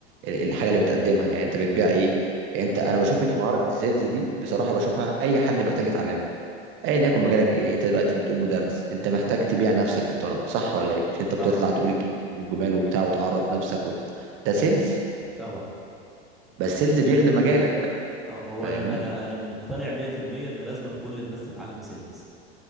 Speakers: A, on the right; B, in the centre.
A: ال- الحاجه اللي بتقدمها يعني انت بتبيع ايه يعني
B: امم
A: انت انا بشوف ان مهاره السيلز دي بصراحه بشوفها اي حد محتاج يتعلمها ايا يكن مجالك ايه يعني انت دلوقتي بتقول مدرس انت محتاج تبيع نفسك للطلب صح ولا ايه مش انت
B: طبعا
A: بتطلع تقول الكلمتين الجمال وبتاع وتعرف نفسك و... ده سيلز
B: طبعا
A: بس سيلز بيخدم مجالك
B: أه، هو
A: فاهمني
B: انا انا انا مقتنع 100% ان لازم كل الناس تتعلم سيلز